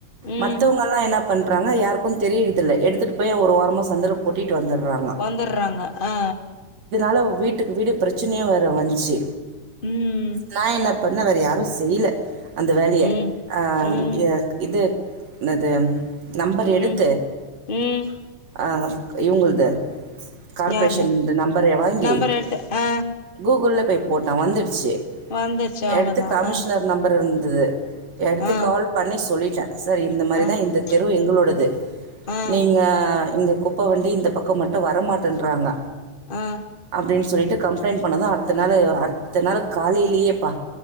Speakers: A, on the left (about 45°); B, on the right (about 65°).
A: ம்
B: மத்தவங்கல்லா என்ன பண்றாங்க யாருக்கு தெரியறுதில்ல எடுத்துட்டு போய் ஒரு வோரமா சந்துல கொட்டிட் ட்டு வந்தர்றாங்க
A: வந்துர்றாங்க ஆ
B: வ்ள வீட்டுக்கு வீடு பிரச்சனய வெர வந்துச்சு
A: ம்
B: நா என்ன பண்ணவறு யாரு செய்ல அந்த வேலய
A: ம்
B: அ
A: ம்
B: எ அ இது ன்னது நம்பர
A: ம்
B: எடுத்து
A: ம்
B: அ இவுங்குல்ளுது கார்பரேஷன்
A: யார்து
B: இந்த நம்பர வாங்கி
A: நம்பர் எடுத்து ஆ
B: கூகுள போய் போட்ட வந்துடுச்சு
A: வந்துருச்சு அவ்ளோதா
B: எடுத்து கமிஷனர்
A: ஆ
B: நம்பர் இருந்து இது எடுத்து
A: ஆ
B: கால் பண்ணி சொல்லி சரி இந்த மாரி
A: ஆ
B: தா இந்த தெருவு எங்களோடது
A: ஆ
B: நீங்க இங்க குப்பவண்டி இந்த பக்க மட்டு வரமாட் தின்றாங்க
A: ஆ
B: அப்படின்னு சொல்லி கம்ப்ளைண்ட் பண்ணதும் அடுத்த நாள்-அடுத்த நாள் காலயிலயேபா